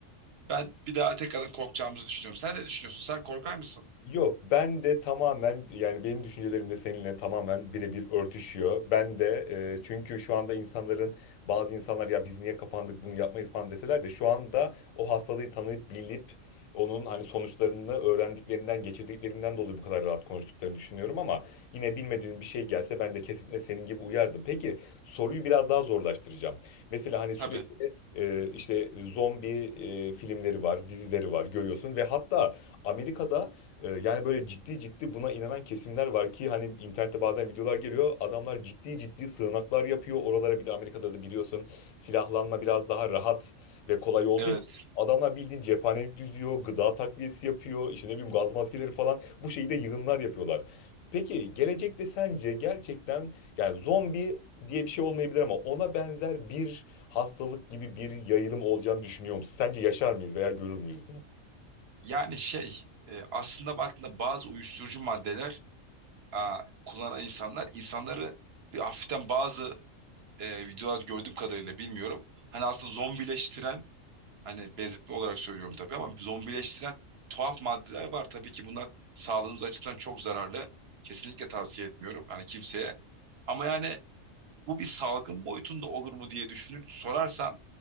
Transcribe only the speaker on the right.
ben bir daha tekrardan korkacağımızı düşünüyorum. Sen ne düşünüyorsun? Sen korkar mısın?
Tabii.
Evet.
Yani şey e, aslında baktığında bazı uyuşturucu maddeler a, kullanan insanlar insanları bir hafiften bazı e, videolar gördüğüm kadarıyla bilmiyorum. Hani aslında zombileştiren hani benzetme olarak söylüyorum tabii ama zombileştiren tuhaf maddeler var. Tabii ki bunlar sağlığımız açısından çok zararlı. Kesinlikle tavsiye etmiyorum hani kimseye. Ama yani bu bir salgın boyutunda olur mu diye düşünür sorarsan